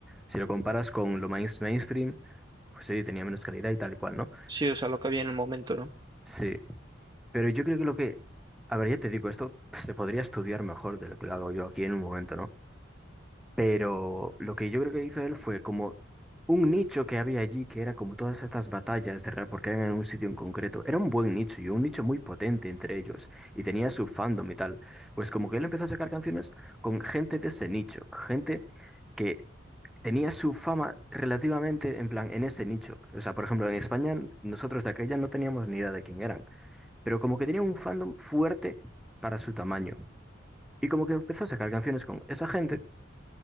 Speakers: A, in the centre; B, on the right.
A: Si lo comparas con lo main- mainstream, pues sí, tenía menos calidad y tal y cual, ¿no?
B: Sí, o sea, lo que había en el momento, ¿no?
A: Sí. Pero yo creo que lo que, a ver, ya te digo, esto pues, se podría estudiar mejor de lo que lo hago yo aquí en un momento, ¿no? Pero lo que yo creo que hizo él fue como un nicho que había allí, que era como todas estas batallas de rap, porque eran en un sitio en concreto. Era un buen nicho y un nicho muy potente entre ellos, y tenía su fandom y tal. Pues como que él empezó a sacar canciones con gente de ese nicho, gente que tenía su fama relativamente en plan en ese nicho. O sea, por ejemplo, en España nosotros de aquella no teníamos ni idea de quién eran pero como que tenía un fandom fuerte para su tamaño. Y como que empezó a sacar canciones con esa gente